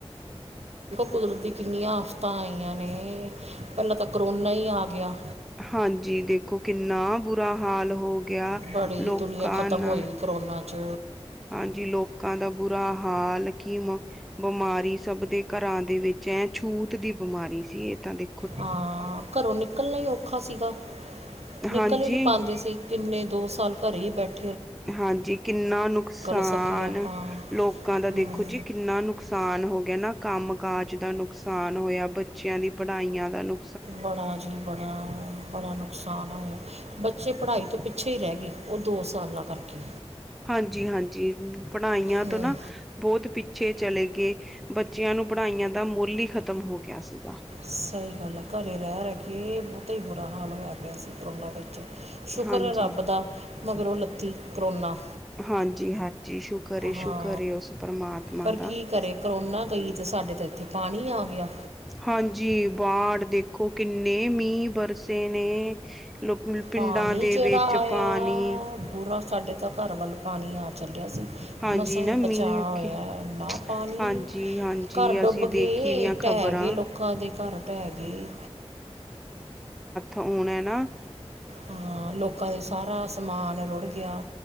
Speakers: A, on the right; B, in the centre.
A: ਕੁਦਰਤੀ ਕਿੰਨੀਆਂ ਆਫ਼ਤਾਂ ਆਈਆਂ ਨੇ। ਪਹਿਲਾਂ ਤਾਂ ਕਰੋਨਾ ਹੀ ਆ ਗਿਆ।
B: ਹਾਂਜੀ ਦੇਖੋ ਕਿੰਨਾ ਬੁਰਾ ਹਾਲ ਹੋਗ। ਗਿਆ
A: ਬੜੀ
B: ਲੋਕਾਂ
A: ਦੁਨੀਆ ਖ਼ਤਮ
B: ਨਾ।
A: ਹੋਈ ਕਰੋਨਾ 'ਚ
B: ਹਾਂਜੀ ਲੋਕਾਂ ਦਾ ਬੁਰਾ ਹਾਲ ਕੀ ਮ ਬਿਮਾਰੀ ਸਭ ਦੇ ਘਰਾਂ ਦੇ ਵਿੱਚ ਐ ਛੂਤ ਦੀ ਬਿਮਾਰੀ ਸੀ ਇਹ ਤ ਦੇ।
A: ਹਾਂ ਘਰੋਂ ਨਿਕਲਣਾ ਹੀ ਔਖਾ ਸੀਗਾ। ਨਿਕਲ
B: ਹਾਂਜੀ
A: ਈ ਨਹੀਂ ਪਾਉਂਦੇ ਸੀ ਕਿੰਨੇ ਦੋ ਸਾਲ ਘਰੇ ਹੀ ਬੈਠ।
B: ਹਾਂਜੀ ਕਿੰਨਾ ਨੁਕਸਾਨ
A: ਸਕੇ ਆਪਾਂ
B: ਲੋਕਾਂ ਦਾ
A: ਹਮ,
B: ਦੇਖੋ ਜੀ ਕਿੰਨਾ ਨੁਕਸਾਨ ਹੋ ਗਿਆ ਨਾ। ਕੰਮ ਕਾਜ ਦਾ ਨੁਕਸਾਨ ਹੋਇਆ, ਬੱਚਿਆਂ ਦੀ ਪੜ੍ਹਾਈਆਂ ਦਾ ਨੁ।
A: ਬੜਾ ਜੀ ਬੜਾ ਬੜਾ ਨੁਕਸਾਨ ਹੋਇਆ। ਬੱਚੇ ਪੜ੍ਹਾਈ ਤੋਂ ਪਿੱਛੇ ਈ ਰਹਿ ਗਏ। ਉਹ ਸਾਲਾਂ ਕਰਕੇ
B: ਹਾਂਜੀ ਹਾਂਜੀ ਪੜ੍ਹਾਈਆਂ ਤੋਂ
A: ਹਮ,
B: ਨਾ ਬਹੁਤ ਪਿੱਛੇ। ਚਲੇ ਗਏ। ਬੱਚਿਆਂ ਨੂੰ ਪੜ੍ਹਾਈਆਂ ਦਾ ਮੁੱਲ ਹੀ ਖ਼ਤਮ ਹੋ ਗਿਆ ਸੀਗਾ।
A: ਸਹੀ ਗੱਲ ਹੈ ਘਰੇ ਰਹਿ ਰਹਿ ਕੇ ਬਹੁਤਾ ਹੀ ਬੁਰਾ ਹਾਲ ਹੋਇਆ ਪਿਆ ਸੀ ਕਰੋਨਾ ਵਿੱਚ। ਸ਼ੁਕਰ
B: ਹਾਂਜੀ
A: ਐ ਰੱਬ ਦਾ। ਮਗਰੋਂ ਲੱਥੀ। ਕਰੋਨਾ
B: ਹਾਂਜੀ ਹਾਂਜੀ ਸ਼ੁਕਰ ਏ
A: ਹਾਂ
B: ਸ਼ੁਕਰ ਏ ਉਸ ਪਰਮਾਤਮਾ
A: ਪਰ
B: ਦਾ।
A: ਕੀ ਕਰੇ ਕਰੋਨਾ ਗਈ ਤੇ ਸਾਡੇ ਤਾਂ ਇੱਥੇ ਪਾਣੀ ਆ ਗਿਆ।
B: ਹਾਂਜੀ ਬਾੜ ਦੇਖੋ ਕਿੰਨੇ ਮੀਂਹ ਬਰਸੇ ਨੇ ਲੋਕਲ ਪਿੰਡਾਂ
A: ਪਾਣੀ
B: ਦੇ
A: ਜਿਹੜਾ
B: ਵਿੱਚ
A: ਆਇਆ
B: ਪਾਣੀ
A: ਬੁਰਾ ਸਾਡੇ ਤਾਂ ਘਰ ਵੱਲ ਪਾਣੀ ਆ ਚੱਲਿਆ ਸੀ
B: ਹਾਂਜੀ
A: ਮਸਾਂ ਹੀ
B: ਨਾ
A: ਬਚਾਅ
B: ਮੀਂਹ
A: ਹੋਇਆ
B: ਕਿ
A: ਇਨਾ ਪਾਣੀ
B: ਹਾਂਜੀ ਹਾਂਜੀ
A: ਘਰ ਡੁੱਬ
B: ਅਸੀਂ ਦੇਖੀ
A: ਗਏ
B: ਦੀਆਂ ਖ਼ਬਰਾਂ
A: ਢਹਿ ਗਏ ਲੋਕਾਂ ਦੇ ਘਰ ਢਹਿ ਗਏ
B: ਹੋਣਾ ਨਾ
A: ਹਾਂ ਲੋਕਾਂ ਦਾ ਸਾਰਾ ਸਮਾਨ ਰੁੜ ਗਿਆ।